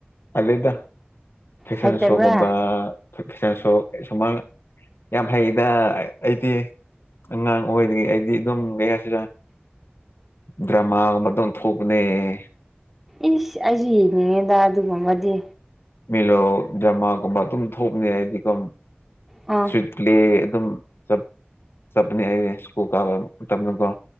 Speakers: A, on the left; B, in the centre.
A: ꯑꯂꯦꯗ ꯐꯦꯁꯟ
B: ꯍꯩꯇꯕ꯭ꯔꯥ
A: ꯁꯣꯒꯨꯝꯕ ꯐꯟꯁꯨ ꯁꯨꯃꯥꯡ ꯌꯥꯝ ꯍꯩꯗ ꯑꯩꯗꯤ ꯑꯉꯥꯡ ꯑꯣꯏꯗꯒꯤ ꯑꯩꯗꯤ ꯑꯗꯨꯝ ꯀꯌꯥꯁꯤꯗ ꯗ꯭ꯔꯃꯥꯒꯨꯝꯕ ꯂꯣꯟ ꯊꯣꯛꯄꯅꯦ
B: ꯏꯁ ꯑꯩꯁꯨ ꯌꯦꯡꯅꯤꯡꯉꯤꯗ ꯑꯗꯨꯒꯨꯝꯕꯗꯤ
A: ꯃꯤꯂꯣ ꯖꯃꯥꯒꯨꯝꯕ ꯑꯗꯨꯝ ꯊꯣꯛꯅꯤ ꯍꯥꯏꯗꯤꯒꯝ
B: ꯑꯥ
A: ꯁꯋꯤꯠ ꯄ꯭ꯂꯦ ꯑꯗꯨꯝ ꯆꯞ ꯆꯞꯅꯤ ꯍꯥꯏ ꯁ꯭ꯀꯨ ꯀꯥꯕ ꯃꯇꯝꯀꯣ